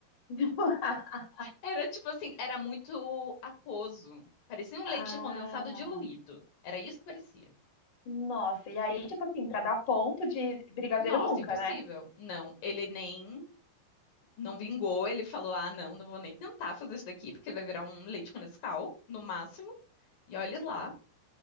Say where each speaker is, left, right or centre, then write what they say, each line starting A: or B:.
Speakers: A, on the left (about 30°); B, on the left (about 60°).
A: <laughs>
B: Era tipo assim, era muito aquoso. Parecia um
A: Ah,
B: leite condensado diluído. Era isso que parecia.
A: nossa. E aí, tipo assim, pra dar ponto de brigadeiro
B: Nossa,
A: nunca,
B: impossível.
A: né?
B: Não, ele nem não vingou, ele falou: "Ah, não, não vou nem tentar fazer isso daqui, porque vai virar um leite com Nescau, no máximo". E olhe lá.